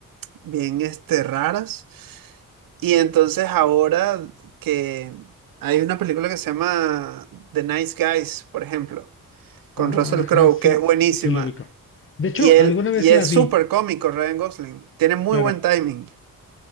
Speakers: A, on the right; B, on the left.
A: bien este, raras. Y entonces ahora que hay una película que se llama The Nice Guys, por ejemplo, con
B: ajá,
A: Russell Crowe,
B: se,
A: que es buenísima.
B: se lo ubicó. De hecho,
A: Y él,
B: alguna vez
A: y es
B: la vi,
A: súper cómico Ryan Gosling. Tiene muy
B: claro,
A: buen timing.